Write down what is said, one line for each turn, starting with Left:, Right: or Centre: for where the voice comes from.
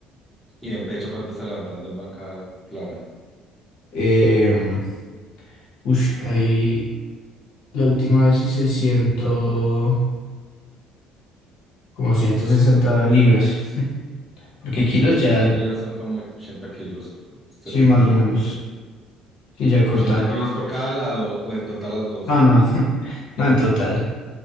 Centre: ¿Y en pecho cuánto está levantando en banca plana?
Left: Em, ush, ahí la última vez hice ciento, como 160 libras, <laughs> porque kilos
Centre: 160
Left: ya,
Centre: libras son como 80 kilos, 78,
Left: sí, más o menos. Sí, ya contando.
Centre: 80 kilos por cada lado o en total las dos.
Left: No, no, <laughs> no en total.